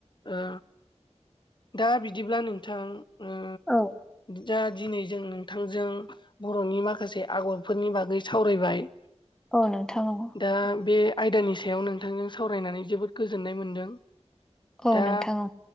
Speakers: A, on the left; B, in the centre.
A: ओ दा बिदिब्ला नोंथां उम
B: औ।
A: दा दिनै जों नोंथांजों बर'नि माखासे आगरफोरनि बागै सावरायबाय
B: औ नोंथां औ।
A: दा बे आयदानि सायाव नोंथांजों सावरायनानै जोबोद गोजोननाय मोन्दों।
B: औ
A: दा
B: नोंथां औ